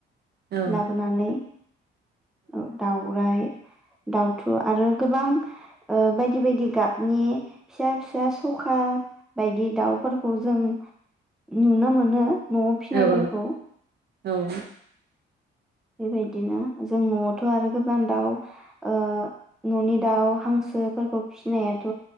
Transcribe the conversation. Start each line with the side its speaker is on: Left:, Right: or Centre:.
Right: औ
Centre: लाबोनानै। औ दावराइ दाउथु आरो गोबां ओ बायदि बायदि गाबनि फिसा फिसा सखा बायदि दाउफोरखौ जों नुनो मोनो। न'आव फिनायफोरखौ।
Right: औ औ।
Centre: बेबायदिनो जों न'आवथ' आरो गोबां दाउ ओ न'नि दाउ हांसोफोरखौ फिसिनायाथ'